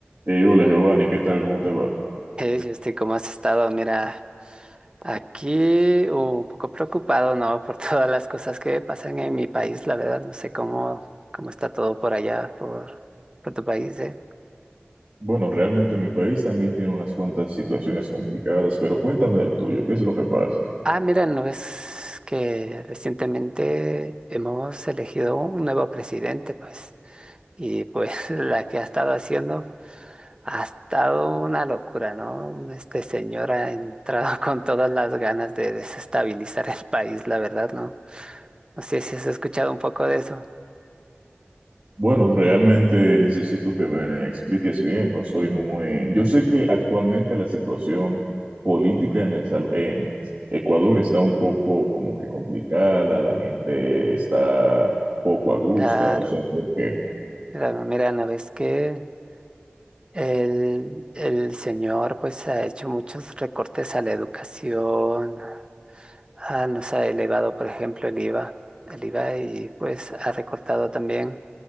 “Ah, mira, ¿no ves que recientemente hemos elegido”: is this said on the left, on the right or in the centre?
Right